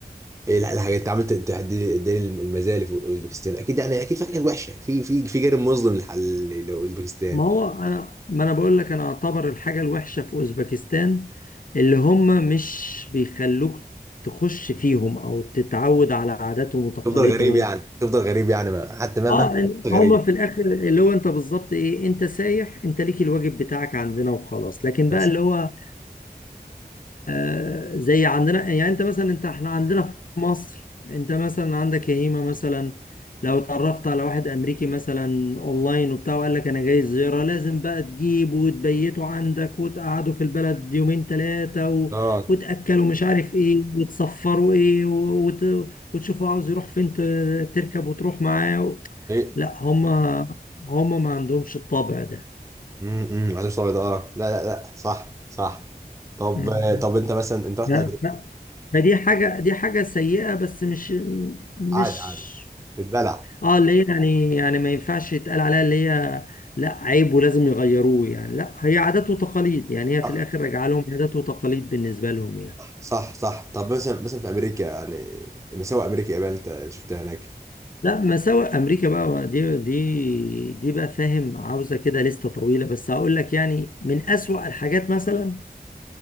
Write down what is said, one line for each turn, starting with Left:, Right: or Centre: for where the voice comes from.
Right: ايه لا الحاجات انت عملت تحدي دي المزايا اللي في اوزبكستان اكيد يعني اكيد في حاجات وحشة في في في جانب مظلم لحل لاوزبكستان
Left: ما هو انا ما انا بقول لك انا اعتبر الحاجة الوحشة في اوزبكستان اللي هم مش بيخلوك تخش فيهم او تتعود على عاداتهم وتقاليدهم
Right: تفضل غريب يعني تفضل غريب يعني ما. حتى ما
Left: اه
Right: ما
Left: إن-
Right: غريب
Left: هما في الاخر اللي هو انت بالظبط ايه انت سايح انت ليك الواجب بتاعك عندنا وخلاص لكن
Right: بس
Left: بقى اللي هو آه، زي عندنا يعني انت مثلا انت احنا عندنا في مصر انت مثلا عندك يهيمة مثلا لو اتعرفت على واحد امريكي مثلا اونلاين وبتاع وقال لك انا جاي زيارة لازم بقى تجيبه وتبيته عندك وتقعده في البلد يومين ثلاثة و...
Right: اه
Left: وتأكلوا مش عارف ايه وتصفروا ايه و... وت... وتشوفوا عاوز يروح فين ت... تركب وتروح معاه و...
Right: ايه
Left: لا هما هما ما عندهمش الطبع ده
Right: امم عدوش ابيض اه لا لا لا صح صح طب
Left: مم.
Right: آه، طب انت مثلا انت رحت
Left: ف-
Right: امريكا
Left: ما دي حاجة دي حاجة سيئة بس مش مش
Right: عادي عادي بتبلع
Left: اه اللي هي يعني يعني ما ينفعش يتقال عليها اللي هي لا عيب ولازم يغيروه يعني لا هي عادات وتقاليد يعني هي في
Right: صح
Left: الآخر راجعة لهم عادات وتقاليد بالنسبة لهم يعني
Right: صح صح طب مثلا مثلا في امريكا يعني مساوئ امريكا يابان انت شفتها هناك
Left: لا مساوئ أمريكا بقى دي دي دي بقى فاهم عاوزة كده لستة طويلة بس هقول لك يعني من أسوأ الحاجات مثلا